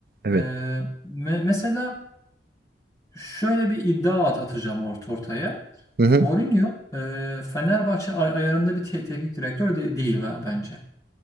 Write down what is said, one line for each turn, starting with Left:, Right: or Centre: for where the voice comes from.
Right: Evet.
Left: Ee, me- mesela Şöyle bir iddia at atacağım ort ortaya.
Right: Hı
Left: Mourinho
Right: hı.
Left: e, Fenerbahçe ay- ayarında bir te- teknik direktör de- değil be- bence.